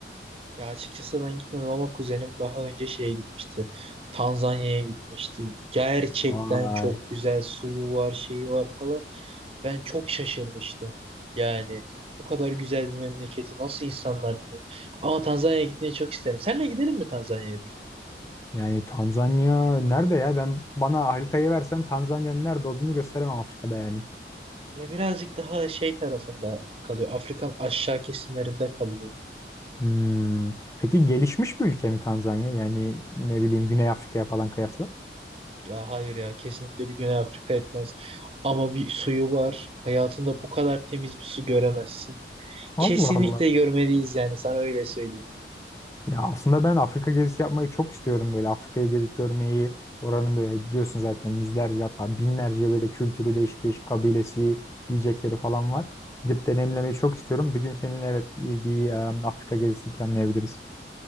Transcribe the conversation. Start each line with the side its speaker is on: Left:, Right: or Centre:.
Right: Ya açıkçası ben gitmedim ama kuzenim daha önce şeye gitmişti. Tanzanya'ya gitmişti. Gerçekten
Left: Vay.
Right: çok güzel suyu var, şeyi var falan. Ben çok şaşırmıştım. Yani bu kadar güzel bir memleketi nasıl insanlar biliyor? Ama Tanzanya'ya gitmeyi çok isterim. Seninle gidelim mi Tanzanya'ya bir gün?
Left: Yani Tanzanya nerede ya? Ben bana haritayı versen Tanzanya'nın nerede olduğunu gösteremem Afrika'da yani.
Right: Ya birazcık daha şey tarafında kalıyor. Afrika'nın aşağı kesimlerinde kalıyor.
Left: Hmm. Peki gelişmiş bir ülke mi Tanzanya? Yani ne bileyim Güney Afrika'ya falan kıyasla.
Right: Ya hayır ya kesinlikle bir Güney Afrika etmez. Ama bir suyu var. Hayatında bu kadar temiz bir su göremezsin.
Left: Allah
Right: Kesinlikle
Left: Allah.
Right: görmeliyiz yani sana öyle söyleyeyim.
Left: Ya aslında ben Afrika gezisi yapmayı çok istiyorum böyle Afrika'yı gezip görmeyi. Oranın böyle biliyorsun zaten yüzlerce hatta binlerce böyle kültürü değişik değişik kabilesi, yiyecekleri falan var. Gidip deneyimlemeyi çok istiyorum. Bir gün seninle evet bir bir, em, Afrika gezisi planlayabiliriz.